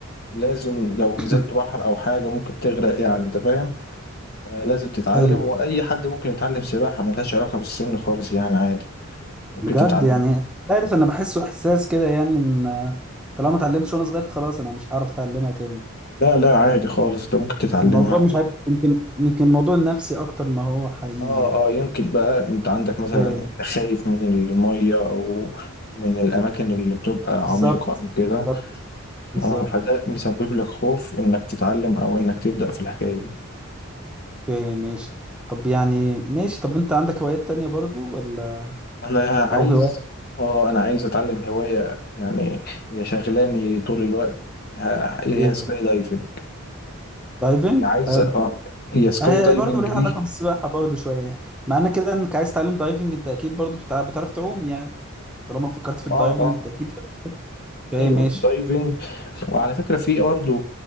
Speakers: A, on the left; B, in the centre.
A: لازم لو
B: <coughs>
A: نزلت بحر أو حاجة ممكن تغرق يعني أنت فاهم آه، لازم تتعلم
B: حلو
A: وأي حد ممكن يتعلم سباحة ملهاش علاقة بالسن خالص يعني عادي ممكن
B: بجد
A: تتعلم
B: يعني عارف انا بحسه احساس كده يعني ان طالما ما اتعلمتش وانا صغير خلاص انا مش هعرف اتعلمها تاني
A: لا لا عادي خالص انت ممكن تتعلمها
B: الموضوع مش عارف يمكن يمكن موضوع نفسي اكتر ما هو حقيقي
A: اه اه يمكن بقى انت عندك مثلا
B: يعني
A: انت خايف من المية او من الاماكن اللي بتبقى
B: بالظبط
A: عميقة او كده
B: بالظبط بالظبط
A: اه فده مسبب لك خوف انك تتعلم او انك تبدأ في الحكاية دي
B: اوكي ماشي طب يعني ماشي طب انت عندك هوايات تانية برضو ولا
A: انا عايز
B: او هواية
A: اه انا عايز اتعلم هواية يعني هي شغلاني طول الوقت ه- هي
B: ايه
A: سكاي دايفنج
B: دايفنج
A: هي عايزة
B: حلو
A: اه هي سكاي
B: آه،
A: دايفنج
B: هي برضو ليها
A: دي
B: علاقة بالسباحة برضو شوية يعني معنى كده انك عايز تتعلم دايفنج انت اكيد برضو بتع- بتعرف تعوم يعني طالما فكرت في الدايفنج
A: اه اه
B: انت اكيد
A: ايوه
B: اوكي ماشي
A: الدايفنج وعلى فكره في برضه